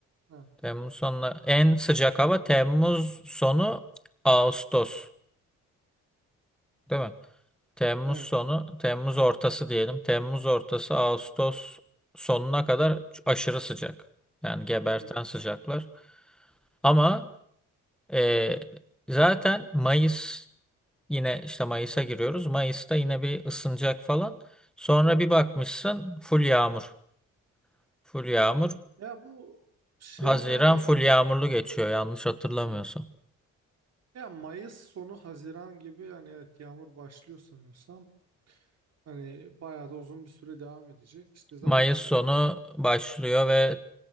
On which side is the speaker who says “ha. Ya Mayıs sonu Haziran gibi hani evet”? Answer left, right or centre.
Right